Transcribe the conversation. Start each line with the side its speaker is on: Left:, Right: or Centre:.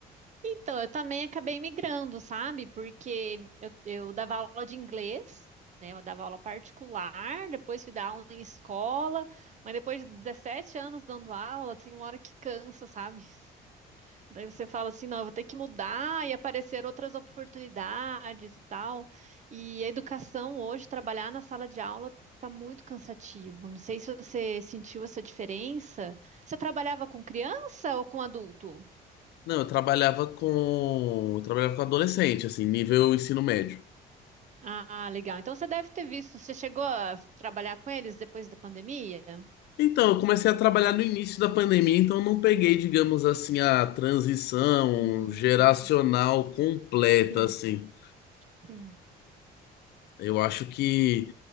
Right: Então, eu também acabei migrando, sabe? Porque eu, eu dava aula de inglês, né? Eu dava aula particular, depois fui dar aula em escola, mas depois de 17 anos dando aula, tem uma hora que cansa, sabe? Daí você fala assim, não, eu vou ter que mudar e aparecer outras oportunidades e tal. E a educação hoje, trabalhar na sala de aula, tá muito cansativo. Não sei se você sentiu essa diferença. Você trabalhava com criança ou com adulto?
Left: Não, eu trabalhava com, eu trabalhava com adolescente, assim, nível ensino médio.
Right: Ah, legal. Então você deve ter visto. Você chegou a trabalhar com eles depois da pandemia?
Left: Então, eu comecei a trabalhar no início da pandemia, então eu não peguei, digamos assim, a transição
Right: Hum,
Left: geracional completa,
Right: sim,
Left: assim.
Right: sim.
Left: Eu acho que